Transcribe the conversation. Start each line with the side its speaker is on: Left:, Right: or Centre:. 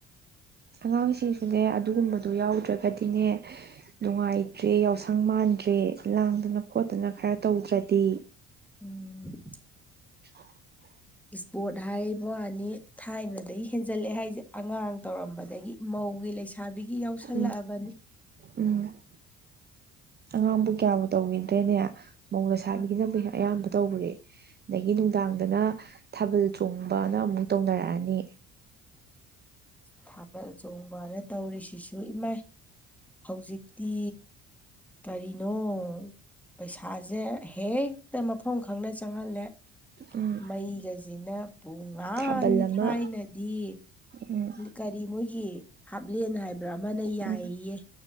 Right: ꯑꯉꯥꯡꯁꯤꯡꯁꯨꯅꯦ ꯑꯗꯨꯒꯨꯝꯕꯗꯣ ꯌꯥꯎꯗ꯭ꯔꯒꯗꯤꯅꯦ ꯅꯨꯡꯉꯥꯏꯇ꯭ꯔꯦ ꯌꯥꯎꯁꯪ ꯃꯥꯟꯗ꯭ꯔꯦ ꯂꯥꯡꯗꯅ ꯈꯣꯠꯇꯅ ꯈꯔ ꯇꯧꯗ꯭ꯔꯗꯤ
Centre: ꯎꯝ
Right: <unintelligible>
Centre: ꯏꯁꯄꯣꯔꯠ ꯍꯥꯏꯕꯋꯅꯤ ꯊꯥꯏꯅꯗꯒꯤ ꯍꯦꯟꯖꯜꯂꯛꯑꯦ ꯍꯥꯏꯁꯦ ꯑꯉꯥꯡ ꯇꯧꯔꯝꯕꯗꯒꯤ ꯃꯧꯒꯤ ꯂꯩꯁꯥꯕꯤꯒꯤ ꯌꯥꯎꯁꯜꯂꯛꯑꯕꯅꯤ
Right: ꯎꯝ ꯎꯝ ꯑꯉꯥꯡꯕꯨ ꯀꯌꯥꯕꯨ ꯇꯧꯈꯤꯗ꯭ꯔꯦꯅꯦ ꯃꯧꯗ ꯁꯥꯕꯤꯒꯤꯅꯕꯨ
Centre: ꯎꯝ
Right: ꯑꯌꯥꯝꯕ ꯇꯧꯔꯦ ꯑꯗꯒꯤ ꯅꯨꯡꯗꯥꯡꯗꯅ ꯊꯥꯕꯜ ꯆꯣꯡꯕꯅ ꯑꯃꯨꯛ ꯇꯧꯅꯔꯛꯑꯅꯤ
Centre: ꯊꯥꯕꯜ ꯆꯣꯡꯕꯅ ꯇꯧꯔꯤꯁꯤꯁꯨ ꯏꯃꯥꯏ ꯍꯧꯖꯤꯛꯇꯤ ꯀꯔꯤꯅꯣ ꯄꯩꯁꯥꯁꯦ ꯍꯦꯛꯇ ꯃꯐꯝ ꯈꯪꯅ ꯆꯪꯍꯜꯂꯦ
Right: ꯎꯝ
Centre: ꯃꯩꯒꯁꯤꯅ ꯄꯨꯡ ꯉꯥꯟꯅꯤ
Right: ꯊꯥꯕꯜ ꯑꯃ
Centre: ꯊꯥꯏꯅꯗꯤ
Right: ꯎꯝ
Centre: ꯀꯔꯤ ꯃꯣꯏꯒꯤ ꯍꯥꯞꯂꯦꯟ ꯍꯥꯏꯕ꯭ꯔꯥ ꯑꯃꯅ ꯌꯥꯏꯌꯦ
Right: ꯎꯝ